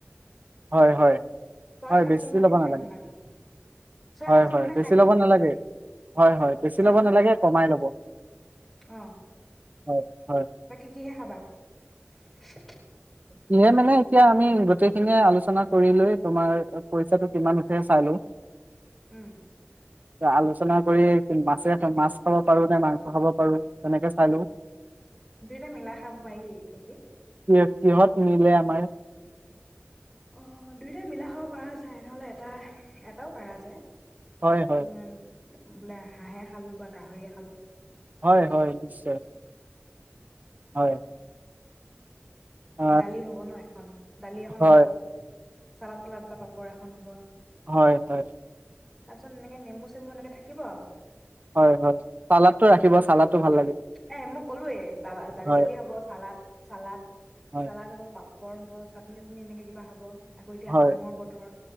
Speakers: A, on the right; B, in the centre.
A: হয় হয় হয়
B: সাতজন
A: বেছি
B: মানে
A: লব
B: খাই
A: নালাগে
B: দিম আৰু ছয়
A: হয়
B: সাতজন
A: হয়
B: মানে
A: বেছি
B: খাই দিম
A: লব নালাগে হয় হয় বেছি
B: উম
A: লব নালাগে কমাই ল'ব।
B: অ
A: হয় হয়
B: বাকী কিহে খাবা? <unintelligible>
A: কিহে মানে এতিয়া আমি গোটেইখিনিয়ে আলোচনা কৰি লৈ তোমাৰ পইচাটো কিমান উঠে চাই লও।
B: উম
A: আলোচনা কৰি মাছে মাছ খাব পাৰো, নে মাংস খাব পাৰো তেনেকে হেল্ল'
B: দুইটা মেলা খাব পাৰি নেকি?
A: <unintelligible> কিহত মিলে আমাৰ।
B: অ দুয়োটাই মিলা খাব পাৰা যায়, নহ'লে এটা এটাও পাৰা যায়।
A: হয় হয়
B: উম। বোলে হাঁহে খালো বা গাহৰিয়ে খালো।
A: হয় হয় নিশ্চয় হয়। আহ,
B: দালি হব ন এখন দালি এখন
A: হয়
B: হব, চালাদ-তালাদ বা পাপ পৰ এখন হ'ব।
A: হয় হয়।
B: তাৰপিছত এনেকে নেমু-চেমু এনেকে থাকিব আৰু।
A: হয় হয় চালাদটো ৰাখিব চালাদটো ভাল লাগে
B: এ মই ক'লোৱে দালি-চালি
A: হয়
B: হব, চালাদ চালাদ
A: হয়
B: চালাদ হব পাপ পৰ হ'ব চাটনি চাটনি এনেকে কিবা হ'ব আকৌ এতিয়া
A: হয়
B: আমৰ বতৰ